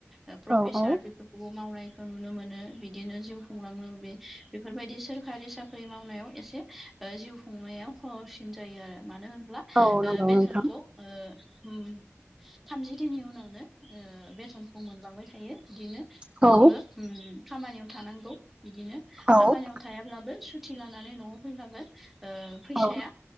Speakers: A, in the centre; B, on the right (about 20°).
A: ओ प्रफेसार
B: औ नंगौ
A: बेफोरखौबो मावनायखौ नुनो मोनो बिदिनो जिउ खुंलाङो बे बेफोरबायदि सोर सरखारि साख्रि मावनायाव एसे जिउ खुंनायाव हर'सिन जायो आरो मानो होनब्ला
B: औ नंगौ
A: ओ
B: नोंथां
A: बेथनखौ ओ उम थामजि दिननि उनावनो बेथनखौ मोनलांबाय थायो बिदिनो।
B: औ
A: गावबो ओम खामानियाव थानांगौ बिदिनो
B: औ
A: खामानियाव थायाब्लाबो सुथि लानानै न'आव फैब्लाबो ओ फैसाया
B: औ